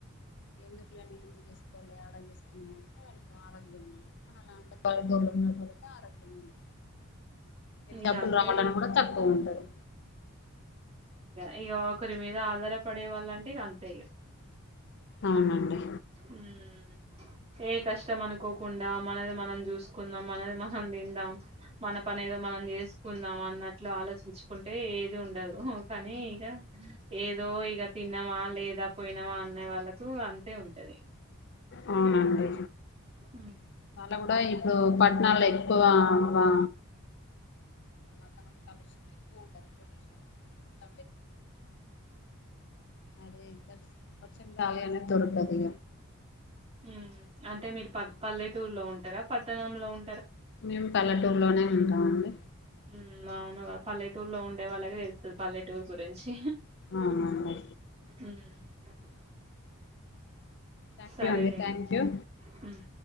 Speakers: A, on the left; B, on the right.
A: ఎందుకులని ముందు చేసుకోవాలి, ఆడ చేకున్నా అంటే వాళ్ళతో ఆరోగ్యం <inaudible> మన అంతా పల్లెటూరు ఉ. <inaudible> ఆరోగ్య ముంట ఎగ్జాపులు
B: ఇక అంతే
A: రావాలన్న
B: ఇక
A: కూడా తక్కువ ఉంటది.
B: అయ్యో ఒకరి మీద ఆధారపడే వాళ్ళంటే ఇంగ అంతే ఇగ
A: అవునండి
B: మ్మ్ ఏ కష్టం అనుకోకుండా మనది మనం చూసుకుందాం మనది మనం తిందాం, మనం పని ఏదో చేసుకుందాం, అన్నట్లు ఆలోచించుకుంటే ఏది ఉండదు. హో కానీ ఇగ ఏదో, ఇగ తిన్నామా! లేదా పోయినామా అనే వాళ్ళలకు అంతే. ఉంటది
A: అవునండి
B: ఉమ్
A: వాళ్ళ కూడా ఇప్పుడు పట్టణాలే ఎక్కువ. వా వాతావరణ <inaudible> అదే పచ్చి కాయ <unintelligible> అనే దొరకదు
B: మ్మ్ అంటే మీరు ప పల్లెటూరు లో ఉంటారా పట్టణంలో ఉం
A: మేము పల్లెటూరులోనే ఉంటామండి
B: మ్మ్ అవునుగా పల్లెటూరులో ఉండే వాళ్ళకి తెలుత్తది పల్లెటూరు గురించి
A: అవునండి
B: మ్మ్
A: థ్యాంక్
B: సరేలేండి
A: యూ అండి థ్యాంక్ యూ
B: హ్మ్